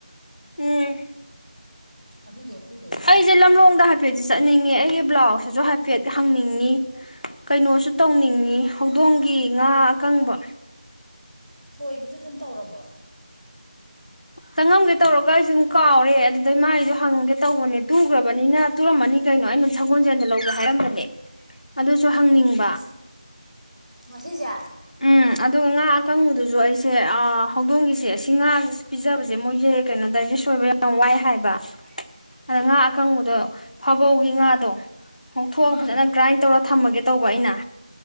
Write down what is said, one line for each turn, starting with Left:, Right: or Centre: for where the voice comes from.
Left: ꯎꯝ
Centre: ꯑꯗꯨꯗꯣ ꯑꯗꯨꯗꯣ ꯑꯗꯨꯗꯣ
Left: ꯑꯩꯁꯦ ꯂꯝꯂꯣꯡꯗ ꯍꯥꯏꯐꯦꯠꯇꯤ ꯆꯠꯅꯤꯡꯉꯦ ꯑꯩꯒꯤ ꯕ꯭ꯂꯥꯎꯁꯁꯤꯁꯨ ꯍꯥꯏꯐꯦꯠ ꯍꯪꯅꯤꯡꯉꯤ ꯀꯩꯅꯣꯁꯨ ꯇꯧꯅꯤꯡꯉꯤ ꯍꯧꯗꯣꯡꯒꯤ ꯉꯥ ꯑꯀꯪꯕ
Centre: ꯊꯣꯏꯕꯗꯣ ꯑꯗꯨꯝ ꯇꯧꯔꯕꯣ
Left: ꯆꯪꯉꯝꯒꯦ ꯇꯧꯔꯒ ꯑꯩꯁꯨꯨꯝ ꯀꯥꯎꯔꯦ ꯑꯗꯨꯗꯩ ꯃꯥꯥꯏꯁꯨ ꯍꯪꯒꯦ ꯇꯧꯕꯅꯦ ꯇꯨꯈ꯭ꯔꯕꯅꯤꯅ ꯇꯨꯔꯝꯃꯅꯤ ꯀꯩꯅꯣ ꯑꯩꯅ ꯁꯒꯣꯜꯖꯦꯟꯗ ꯂꯧꯒꯦ ꯍꯥꯏꯔꯝꯕꯅꯦ
Centre: <inaudible>
Left: ꯑꯗꯨꯁꯨ ꯍꯪꯅꯤꯡꯕ
Centre: ꯉꯁꯤ ꯉꯁꯤꯁꯦ
Left: ꯎꯝ ꯑꯗꯨꯒ ꯉꯥ ꯑꯀꯪꯕꯗꯨꯁꯨ ꯑꯩꯁꯦ ꯑꯥ ꯍꯧꯗꯣꯡꯒꯤꯁꯦ ꯑꯁꯤ ꯉꯥ ꯄꯤꯖꯕꯁꯦ ꯃꯣꯏꯁꯦ ꯀꯩꯅꯣ ꯗꯥꯏꯖꯦꯁ ꯑꯣꯏꯕ ꯌꯥꯝ ꯋꯥꯏ ꯍꯥꯏꯕ
Centre: ꯍꯥꯏ ꯍꯥꯏ
Left: ꯑ ꯉꯥ ꯑꯀꯪꯕꯗꯣ ꯐꯥꯕꯧꯒꯤ ꯉꯥꯗꯣ ꯉꯣꯡꯊꯣꯛꯑ
Centre: ꯎꯝ
Left: ꯐꯖꯅ ꯒ꯭ꯔꯥꯏꯟ ꯇꯧꯔ ꯊꯝꯃꯒꯦ ꯇꯧꯕ ꯑꯩꯅ꯫